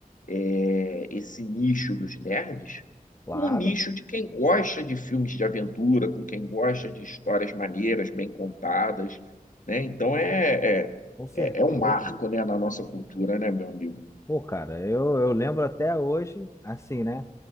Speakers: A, on the left; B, on the left.
A: é, esse nicho dos nerds
B: <laughs>
A: com o nicho
B: claro,
A: de quem gosta de filmes de aventura, com quem gosta de histórias maneiras, bem contadas, né? Então é, é,
B: com certeza.
A: é é um marco, né, na nossa cultura, né, meu amigo?
B: Pô, cara, eu, eu lembro até hoje, assim, né?